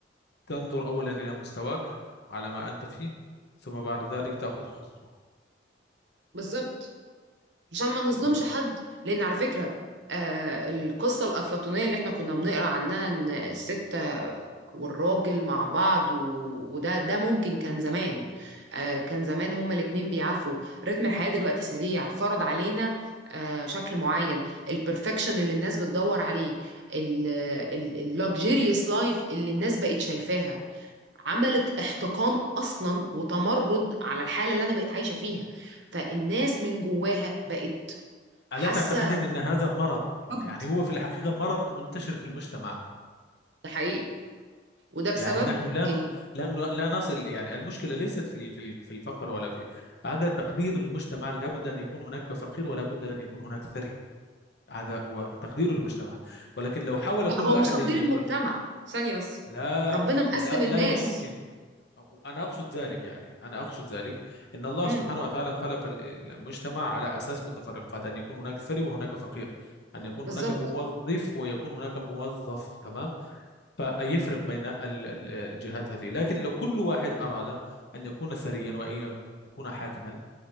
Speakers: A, on the left (about 65°); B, on the right (about 75°).
A: تنظر أولا إلى مستواك على ما أنت فيه ثم بعد ذلك تأخذ خطوة
B: بالظبط عشان ما نظلمش
A: تمام
B: حد لان على فكره آه القصه الافلاطونيه اللي احنا كنا بنقرا عنها ان الست والراجل مع بعض و- وده ده ممكن كان زمان آه كان زمان هما الاتنين بيعافروا رتم الحياه دلوقتي سريع فرض علينا آه شكل معين البرفكشن اللي الناس بتدور عليه اللوكجيريوس لايف اللي الناس بقت شايفاها عملت احتقان اصلا وتمرد على الحاله اللي انا بقيت عايشه فيها فالناس من جواها بقت حاسه
A: ألا تعتقدين أن هذا مرض
B: حقد
A: يعني هو في الحقيقة مرض منتشر في المجتمع
B: ده حقيقي وده بسبب
A: يعني نحن لا ن...
B: ال...
A: لا ن... لا نصل يعني المشكلة ليست في ال- في ال- في الفقر ولا في هذا تقدير المجتمع لا بد أن يكون هناك فقير ولا بد أن يكون هناك ثري هذا هو تقدير المجتمع ولكن لو حاول
B: لا
A: كل
B: هو
A: أحد
B: مش تقدير
A: أن يكون
B: المجتمع ثانيه بس
A: لا
B: ربنا مقسم
A: لا,
B: الناس
A: لا يمكن أنا أقصد ذلك يعني أنا أقصد ذلك أن الله
B: امم
A: سبحانه وتعالى خلق ال- المجتمع على أساس متفرقات أن يكون هناك ثري وهناك فقير أن يكون
B: بالظبط
A: هناك موظف ويكون هناك موظف تمام فيفرق بين ال- ال- الجهات هذه لكن لو كل واحد أراد أن يكون ثريا وأن يكون حاكما